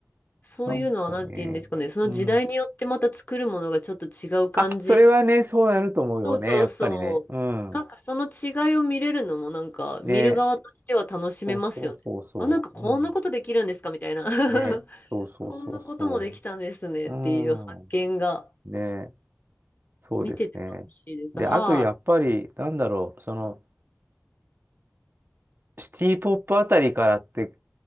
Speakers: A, on the left; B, on the right.
A: そういうのはなんて言うんですかね。
B: なんかね。
A: その時代によってまた作るものがちょっと違う感じ
B: うん。あ、それはね、そうなると思うよね、
A: そうそうそう。
B: やっぱりね。うん。
A: なんかその違いを見れるのもなんか見る側としては楽しめますよね。
B: ね。そうそうそうそう。
A: あ、なんかこんなことできるんですかみたいな。
B: うん。
A: <laughs>
B: ね。そうそうそうそ
A: こんなこともできたんですねっていう発見が
B: う。うん。ね。そうですね。
A: 見てて楽しいです。
B: で、
A: はい。
B: あとやっぱり、なんだろう、その、シティポップあたりからって、